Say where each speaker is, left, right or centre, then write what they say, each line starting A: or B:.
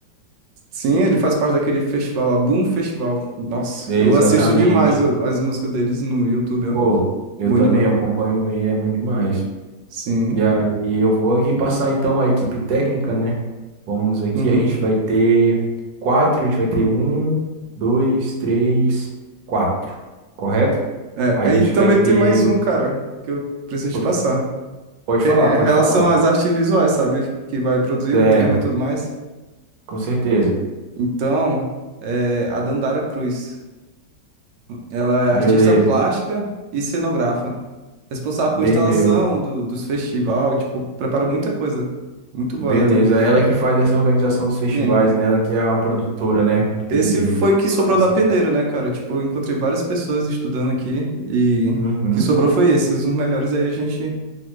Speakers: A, on the right; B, on the right.
A: Sim, ele faz parte daquele festival lá, Boom Festival. Nossa,
B: Exatamente.
A: eu assisto demais ó, as músicas deles no YouTube, ó.
B: Pô, eu
A: Bom
B: também
A: demais.
B: acompanho bem, é bom demais.
A: Sim.
B: E aí eu vou aqui passar então a equipe técnica, né? Vamos aqui,
A: Uhum.
B: a gente vai ter quatro, a gente vai ter um, dois, três, quatro, correto?
A: É,
B: A gente
A: aí também
B: vai ter.
A: tem mais um, cara, que eu preciso
B: po-
A: te passar.
B: Pode
A: que
B: falar,
A: é
B: pode
A: em relação
B: falar.
A: às artes visuais, sabe? Que vai produzir
B: Certo,
A: o tema e tudo mais.
B: com certeza.
A: Então, é, a Dandara Cruz, ela é
B: Beleza,
A: artista plástica e cenógrafa, responsável
B: entendeu.
A: por instalação do, dos festivais, tipo, prepara muita coisa. Muito
B: Beleza,
A: boa ela também.
B: é ela que faz essa organização dos festivais,
A: Sim.
B: né? Ela que é uma produtora, né? Entendi.
A: Esse foi o que
B: Massa.
A: sobrou da peneira, né, cara? Tipo, eu encontrei várias pessoas estudando aqui e o
B: Uhum.
A: que sobrou foi esses. os melhores. Aí a gente